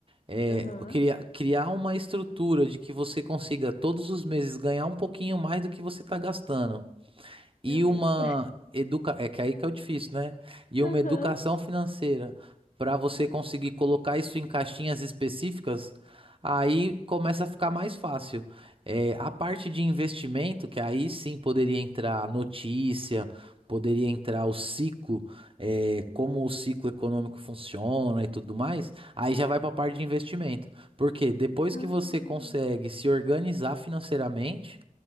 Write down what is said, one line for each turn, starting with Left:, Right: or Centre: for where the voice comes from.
Right: é,
Left: Aham.
Right: criar, criar uma estrutura de que você consiga todos os meses ganhar um pouquinho mais do que você está gastando e
Left: Meu
Right: uma
Left: Deus.
Right: educa... É que aí que é o difícil, né? E
Left: <laughs> Aham.
Right: uma educação financeira para você conseguir colocar isso em caixinhas específicas, aí começa a ficar mais fácil. É, a parte de investimento, que aí sim poderia entrar notícia, poderia entrar o ciclo, é, como o ciclo econômico funciona e tudo mais, aí já vai para a parte de investimento. Porque depois
Left: Ah.
Right: que você consegue se organizar financeiramente,